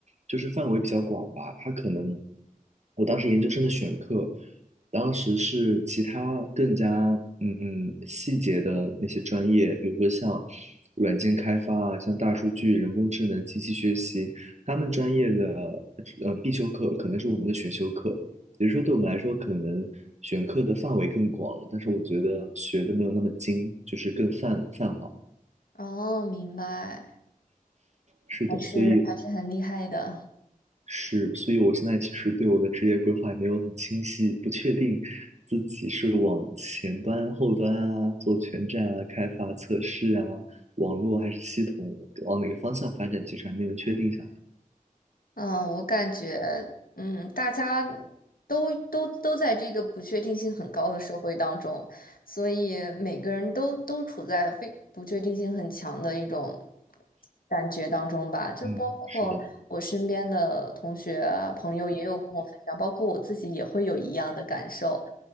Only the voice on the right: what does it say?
就是范围比较广吧。它可能，我当时研究生的选课，当时是其他更加嗯细节的那些专业，比如说像软件开发啊，像大数据、人工智能、机器学习，他们专业的呃必修课可能是我们的选修课，也就是说对我们来说可能选课的范围更广了但是我觉得学的没有那么精，就是更泛泛化。
是的，
所以是，所以我现在其实对我的职业规划也没有很清晰，不确定自己是往前端、后端啊，做全站啊、开发、测试啊、网络还是系统，往哪个方向发展，其实还没有确定下来。
嗯，是的，